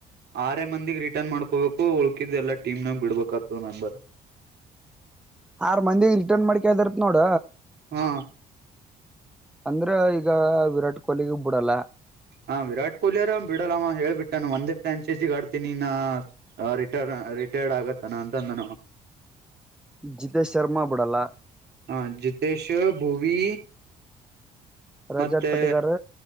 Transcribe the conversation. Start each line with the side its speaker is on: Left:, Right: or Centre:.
Right: ಆರ ಮಂದಿಗ್ ರಿಟರ್ನ್ ಮಾಡ್ಕೋಬೇಕು ಉಳ್ಕಿದ್ ಎಲ್ಲ ಟೀಮ್ನಾಗ ಬಿಡ್ಬೇಕಾಗ್ತದ ಮೆಂಬರ್
Centre: ಆರ್ ಮಂದಿಗ್ ರಿಟರ್ನ್ ಮಾಡ್ಕದರತ್ ನೋಡ
Right: ಹಾ
Centre: ಅಂದ್ರೆ ಈಗ ವಿರಾಟ್ ಕೊಹ್ಲಿಗ ಬಿಡಲ್ಲ.
Right: ಹಾ ವಿರಾಟ್ ಕೊಹ್ಲಿ ಅವಾರ ಬಿಡಲ್ಲವ ಹ ಹೇಳಳ್ಬಿಟ್ಟಾನ ಒಂದೇ ಫ್ರಾಂಚೈಸಿಗ ಆಡ್ತೀನಿ ನಿನ್ ಆ ರಿಟರ್ ರಿಟೈರ್ಡ್ ಆಗತ್ತಾನ ಅಂತ ಅಂದಾನ
Centre: ಜಿತೇಶ್ ಶರ್ಮಾ ಬಿಡಲ್ಲ.
Right: ಹಾ ಜಿತೇಶ್ ಭೂವಿ
Centre: ರಜಾತ್
Right: ಮತ್ತೆ
Centre: ಪಟ್ಟಿದಾರ್